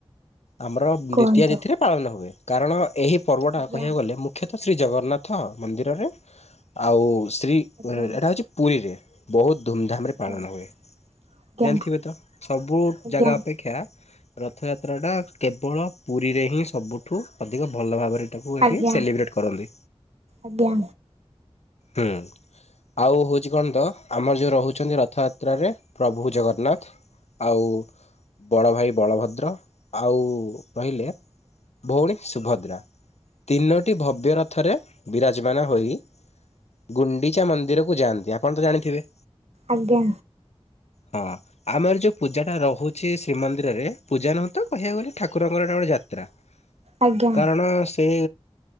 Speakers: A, on the left (about 85°); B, on the right (about 85°).
A: ଆମର ଦ୍ଵିତୀୟା
B: କୁହନ୍ତୁ।
A: ତିଥିରେ ପାଳନ ହୁଏ, କାରଣ ଏହି ପର୍ବଟା
B: ଆଜ୍ଞା
A: କହିବାକୁ ଗଲେ ମୁଖ୍ୟତଃ ଶ୍ରୀ ଜଗନ୍ନାଥ ମନ୍ଦିରରେ ଆଉ ଶ୍ରୀ
B: ଆଜ୍ଞା
A: ମୟୁରଭଞ୍ଜ, ଏଟା ହଉଛି ପୁରୀରେ। ବହୁତ ଧୁମ୍ ଧାମ୍
B: ଆଜ୍ଞା
A: ରେ ପାଳନ ହୁଏ,
B: ଆଜ୍ଞା
A: ଜାଣିଥିବେ ତ ସବୁ
B: ଆଜ୍ଞା
A: ଜାଗା ଅପେ କ୍ଷା, ରଥଯାତ୍ରାଟା କେବଳ ପୁରୀରେ ହିଁ ସବୁଠୁ ଅଧିକ ଭଲ ଭାବରେ ତାକୁ ଏଠି
B: ଆଜ୍ଞା
A: ସେଲିବ୍ରେଟ୍ କରନ୍ତି,
B: ଆଜ୍ଞା ଆଜ୍ଞା
A: ହୁଁ। ଆଉ ହଉଛି କଣ ତ, ଆମର ଯେଉଁ ରହୁଛନ୍ତି ରଥଯାତ୍ରାରେ ପ୍ରଭୁ ଜଗନ୍ନାଥ? ଆଉ। ବଡ଼ ଭାଇ ବଳଭଦ୍ର, ଆଉ ରହିଲେ ଭଉଣୀ ସୁଭଦ୍ରା, ତିନୋଟି ଭବ୍ୟ ରଥରେ ବିରାଜମାନ ହୋଇ ଗୁଣ୍ଡିଚା ମନ୍ଦିରକୁ ଯାଆନ୍ତି, ଆପଣ ତ ଜାଣିଥିବେ?
B: ଆଜ୍ଞା।
A: ହଁ, ଆମର ଯୋଉ ପୂଜା ଟା ରହୁ କିଛି ଶ୍ରୀମନ୍ଦିରରେ ପୂଜା ନୁହଁ ତ, କହିବାକୁ ଗଲେ ଠାକୁରଙ୍କର ଏଇଟା ଗୋଟେ ଯାତ୍ରା।
B: ଆଜ୍ଞା
A: କାରଣ ସେ